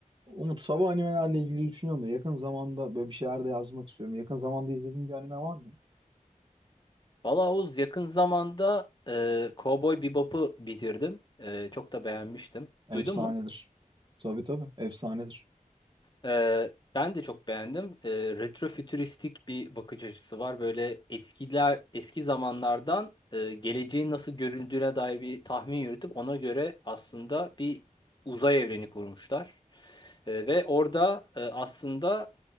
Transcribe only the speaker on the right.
Umut sabah animelerle ilgili düşünüyorum da yakın zamanda böyle bir şeyler de yazmak istiyorum. Yakın zamanda izlediğin bir anime var mı?
Efsanedir.
Tabii tabii efsanedir.